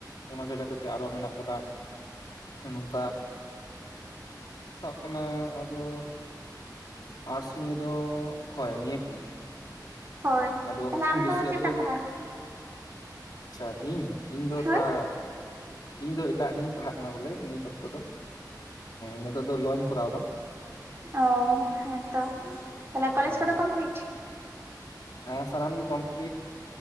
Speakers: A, on the left; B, on the right.
A: ᱚᱱᱟ ᱪᱷᱟᱰᱟ ᱠᱟᱛᱮ ᱟᱨᱚ ᱢᱮᱱᱟᱜ ᱠᱟᱫᱟ ᱱᱚᱝᱠᱟ ᱥᱟᱵ ᱠᱟᱜ ᱢᱮ ᱟᱫᱚ ᱟᱴᱥ ᱱᱤᱭᱮ ᱫᱚ ᱦᱳᱭ ᱱᱤᱭᱟᱹ ᱠᱚᱜᱮ᱾
B: ᱦᱳᱭ
A: ᱟᱫᱚ
B: ᱛᱟᱦᱞᱮ ᱟᱢ
A: ᱵᱮᱥᱤ
B: ᱫᱚ ᱪᱮᱫ
A: ᱟᱫᱚ
B: ᱴᱟᱢ ᱯᱟᱲᱦᱟᱜ-ᱟ?
A: ᱟᱪᱪᱷᱟ ᱤᱧ ᱤᱧ ᱫᱚ
B: ᱦᱳᱭ
A: ᱛᱷᱚᱲᱟ ᱤᱧ ᱫᱚ ᱮᱴᱟᱜ ᱱᱤᱭᱮᱧ ᱯᱟᱲᱦᱟᱜ ᱠᱟᱱᱟ ᱵᱚᱞ ᱵᱚᱞᱮ ᱱᱤᱛ ᱚᱠᱛᱚ ᱫᱚ ᱱᱤᱛᱚᱜ ᱫᱚ ᱞᱚᱧ ᱠᱚᱨᱟᱣᱫᱟ᱾
B: ᱚ ᱦᱮᱸᱛᱚ, ᱛᱟᱦᱞᱮ ᱠᱚᱞᱮᱡᱽ
A: ᱦᱮᱸ
B: ᱠᱚᱫᱚ ᱠᱚᱢᱯᱞᱤᱴ?
A: ᱦᱮᱸ ᱥᱟᱱᱟᱢ ᱜᱮ ᱠᱚᱢᱯᱞᱤᱴ᱾